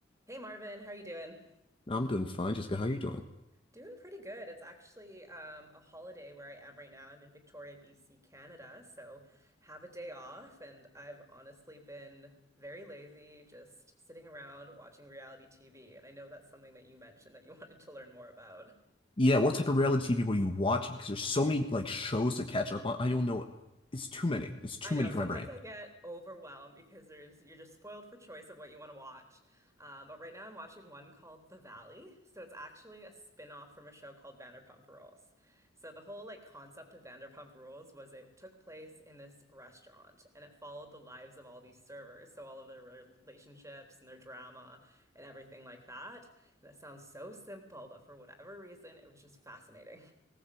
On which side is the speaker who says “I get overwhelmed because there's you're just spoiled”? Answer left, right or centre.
Right